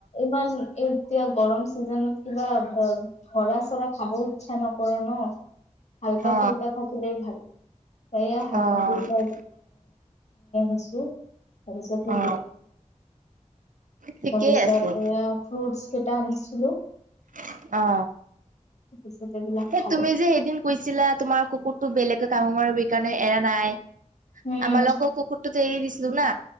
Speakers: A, on the left; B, on the right.
A: ইমান এতিয়া গৰম চিজনত। কিবা ধৰা চৰা খাব ইচ্ছা নকৰ ন। হাল্কা
B: অ
A: ফুল্কা থাকিলেই ভাল। সেইয়া হলকা।
B: অ
A: <unintelligible> <unintelligible> আছোঁ <unintelligible>
B: অ ঠিকেই
A: তা পিছত
B: আছে
A: সেইয়া। ফ্ৰুতচ কেইটা আনিছিলো।
B: <unintelligible> অ
A: তাৰপিছত এইবিলাক
B: এ
A: খালো
B: তুমি যে সেইদিন কৈছিলা, তোমাৰ কুকুৰটো বেলেগ। <unintelligible> মাৰ বি কাৰণে এৰা নাই।
A: উম
B: আম লক কুকুৰটোক এৰি দিছিলো না।।